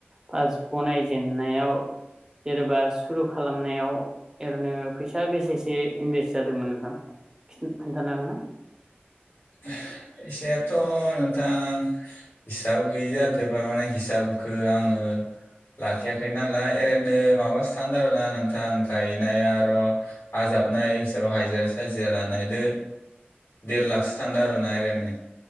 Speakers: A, on the right; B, on the left.
A: पास बनायजेननायाव जेनेबा सुरु खालामनायाव ओरैनो फैसा बेसेसे इनभेस्ट जादोंमोन नोंथां खिन्थ खिन्थानो हागोना
B: फैसायाथ नोंथां हिसाब गैयि जादोब माने हिसाबखौ आङो लाखियाखै नालाय ओरैनो माबासो थांदों आरोना नोंथां गायनाय आर हाजाबनाय हिसाब हाजिरा साजिरा नायदो देर लाखसो थांदों आरोना एरैनो